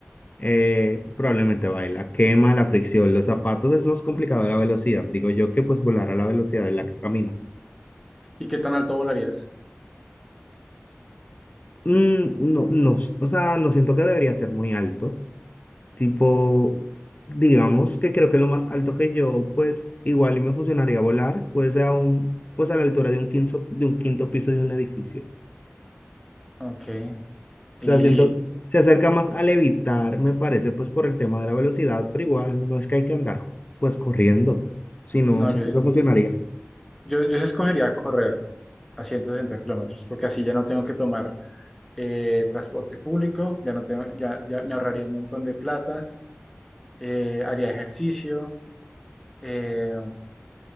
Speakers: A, on the left; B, in the centre.
A: eh, probablemente va la quema, la fricción, los zapatos, es más complicado la velocidad. Digo yo que pues volar a la velocidad en la que caminas.
B: ¿Y qué tan alto volarías?
A: Mm, no, no, o sea, no siento que debería ser muy alto. Tipo, digamos que creo que lo más alto que yo, pues igual y me funcionaría volar, pues a un, pues a la altura de un quinto, de un quinto piso de un edificio.
B: Ok. Y
A: O sea, siento, se acerca más al evitar, me parece, pues por el tema de la velocidad, pero igual no es que hay que andar pues corriendo, sino
B: no,
A: siento
B: yo,
A: que funcionaría.
B: yo, yo sí escogería correr a 160 kilómetros, porque así ya no tengo que tomar eh, transporte público, ya no tengo, ya, ya me ahorraría un montón de plata eh, haría ejercicio, eh,